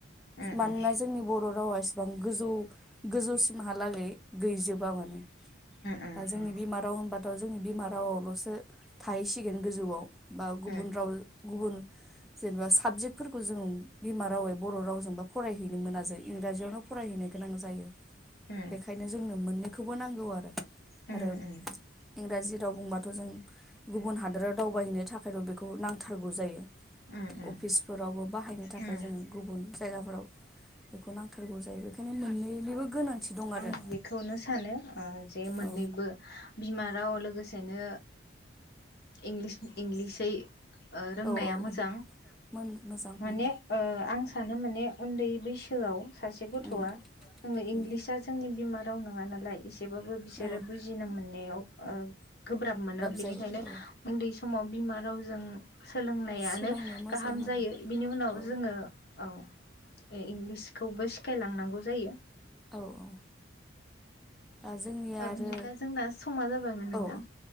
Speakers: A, on the left; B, in the centre.
A: उम
B: मानोना
A: उम
B: जोंनि बर' रावा बिसिबां गोजौ गोजौसिमहालागै गैजोबा माने। दा
A: उम
B: जोंनि
A: उम
B: बिमा राव होनबाथ' जोंनि बिमा रावआवल'सो थाहैसिगोन गोजौआव। बा गुबुन
A: उम
B: राव गुबुन जेनेबा साबजेक्ट फोरफोरखौ जों बिमा रावै बर' रावजोंबा फरायहैनो मोना जों इंराजियावनो फरायहैनो गोनां जायो।
A: उम
B: बेखायनो जोंनो मोननैखौबो नांगौ आरो
A: उम
B: आरो
A: उम
B: इंराजि राव बुंबाथ' थ' जों गुबुन हादोराव दावबायहैनो थाखायथ' बेखौ नांथारगौ जायो।
A: उम
B: अफिसफोरावबो बाहायनो थाखाय
A: उम
B: जोङो गुबुन जायगाफोराव। बेखौ नांथारगौ जायो बेखायनो मोननैनिबो गोनांथि दं आरो
A: आं बेखौनो सानो जे मोननैबो
B: औ
A: बिमा राव लोगोसेनो इंलिस इंगिसै रोंनाया
B: औ औ
A: मोजां
B: मोन मोजां
A: माने
B: उम
A: आं सानो माने उन्दै बैसोआव सासे गथ'आ
B: उम
A: जङो इंलिस
B: उम
A: बिमा राव नङा नालाय एसेबाबो बिसोरो
B: औ
A: बुजिनो मोननायाव गोब्राब मोनो बेनिखायनो
B: जायो औ
A: उन्दै समाव बिमा रावजों सोलोंनायानो
B: सोलोंनाया मोजां
A: गाहाम
B: आरो
A: जायो बिनि उनाव
B: औ
A: जोङो। औ इंलिसखौबो सिखायलांनांगौ जायो।
B: औ औ दा जोंनिया आरो
A: बिदिब्ला जोंना समा जाबायमोन नोंथां।
B: औ